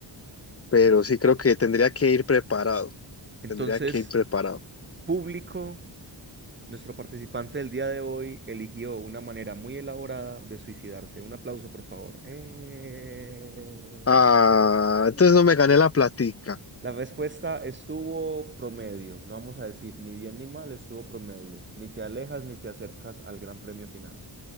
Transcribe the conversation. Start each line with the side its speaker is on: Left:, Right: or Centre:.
Left: pero sí creo que tendría que ir preparado,
Right: Entonces,
Left: tendría que ir preparado.
Right: público, nuestro participante del día de hoy eligió una manera muy elaborada de suicidarse. Un aplauso, por favor. ¡Eh!
Left: Ah, entonces no me gané la platica.
Right: La respuesta estuvo promedio, no vamos a decir ni bien ni mal, estuvo promedio. Ni te alejas ni te acercas al gran premio final.